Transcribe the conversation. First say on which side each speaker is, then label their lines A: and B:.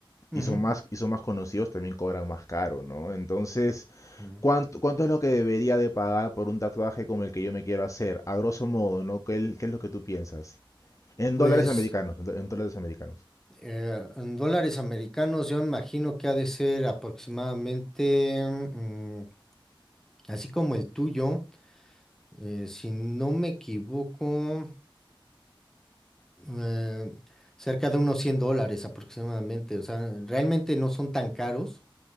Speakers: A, in the centre; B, on the left.
A: Ujú,
B: y son más y son más conocidos, también cobran más caro, ¿no? Entonces,
A: ujú.
B: ¿cuánto, cuánto es lo que debería de pagar por un tatuaje como el que yo me quiero hacer? A grosso modo, ¿no? ¿Qué, qué es lo que tú piensas? En
A: Pues...
B: dólares americanos, en, do- en dólares americanos.
A: Eh, en dólares americanos, yo me imagino que ha de ser aproximadamente, mm, así como el tuyo, eh, si no me equivoco, eh, cerca de unos 100 dólares aproximadamente. O sea, realmente no son tan caros.